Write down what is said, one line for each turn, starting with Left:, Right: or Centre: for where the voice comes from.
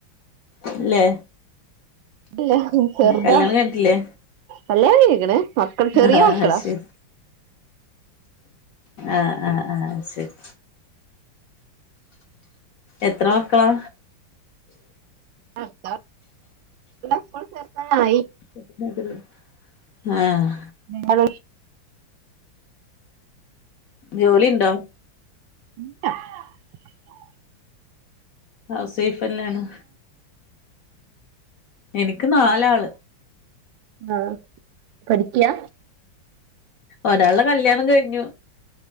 Left: അല്ലേ?
Right: ഇല്ല ചെർതാ
Left: കല്യാണം കഴിഞ്ഞിട്ടില്ലേ
Right: കല്യാണം കഴിഞ്ഞിക്ക്ണ് മക്കൾ ചെറിയ
Left: ആഹ്
Right: മക്കളാ.
Left: ശരി ആഹ് ആഹ് ആഹ് ശരി. എത്ര മക്കളാ?
Right: അട്ത്തെ സ്ക്കൂള് ചേർതാനായി.
Left: <unintelligible> ആഹ്.
Right: നിങ്ങൾ
Left: ജോലി ഇണ്ടോ.
Right: <inaudible>
Left: ഹാസ് വൈഫെന്നെയാണ്. എനിക്ക് നാലാള്.
Right: ആഹ് പഠിക്ക്യാ
Left: ഒരാൾടെ കല്യാണം കഴിഞ്ഞു.